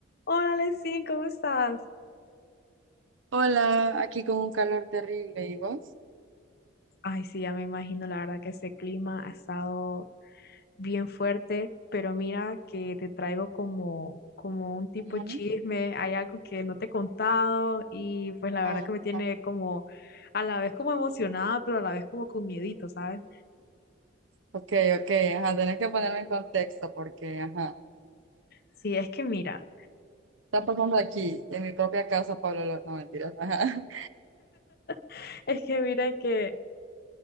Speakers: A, on the left; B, on the right.
A: Hola, Lesin, ¿cómo estás?
B: Hola, aquí con un calor terrible, ¿y vos?
A: Ay, sí, ya me imagino, la verdad que ese clima ha estado bien fuerte, pero mira que te traigo como, como un tipo
B: Ajá.
A: chisme, hay algo que no te he contado y pues la
B: Ah,
A: verdad que me tiene
B: ah.
A: como a la vez como emocionada, pero a la vez como con miedito, ¿sabes?
B: Ok, ok, ajá, tenés que ponerme en contexto porque, ajá,
A: Sí, es que mira,
B: está pasando aquí, en mi propia casa, Pablo, Lo- no, mentiras, ajá, <laughs>
A: <laughs> es que mira que